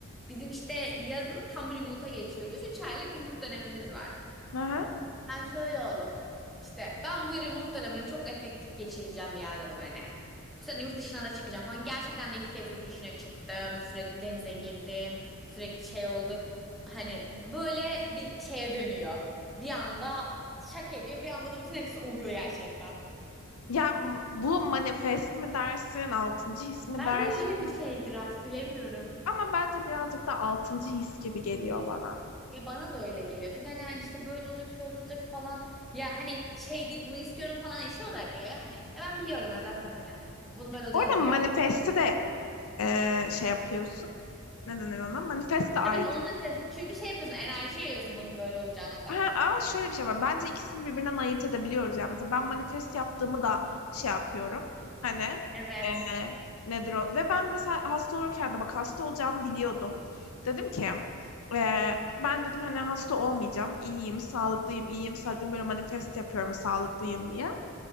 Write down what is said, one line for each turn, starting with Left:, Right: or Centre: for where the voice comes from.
Centre: Bizim işte yazın tam remote'a geçiyoruz. üç aylık remote dönemimiz var.
Left: Aha.
Centre: Ben şöyle oldum. İşte ben bu remote dönemini çok efektif geçireceğim ya dedim hani. Bu sene yurt dışına da çıkacağım falan. Gerçekten de iki kez yurt dışına çıktım. Sürekli denize girdim. Sürekli şey oldu. Hani böyle bir şeye dönüyor. Bir anda şak ediyor. Bir anda da bütün hepsi oluyor gerçekten.
Left: Ya m- bu manifest mi dersin altıncı his
Centre: Belki
Left: mi dersin
Centre: de öyle bir şeydir artık bilemiyorum.
Left: ama bence birazcık da altıncı his gibi geliyor bana.
Centre: Ya bana da öyle geliyor. Çünkü hani, hani işte böyle olacak, şöyle olacak falan. Ya hani şey değil bunu istiyorum falan şey olarak geliyor ya hani. Ya ben biliyorum ya zaten hani. Bunun böyle olacağını
Left: Orada
Centre: biliyorum.
Left: manifesti de e, şey yapıyorsun. Ne denir ona? Manifest de ayrı.
Centre: Tabii ki onu da tez. Çünkü şey yapıyorsun, enerji yayıyorsun bunun böyle olacağına dair.
Left: Ha, ama şöyle bir şey var. Bence ikisini birbirinden ayırt edebiliyoruz. Yani mesela ben manifest yaptığımı da şey yapıyorum. Hani
Centre: Evet.
Left: e, nedir o? Ve ben mesela hasta olurken de bak hasta olacağımı biliyordum. Dedim ki e, ben dedim hani hasta olmayacağım. İyiyim, sağlıklıyım, iyiyim, sağlıklıyım. Böyle manifest yapıyorum sağlıklıyım diye.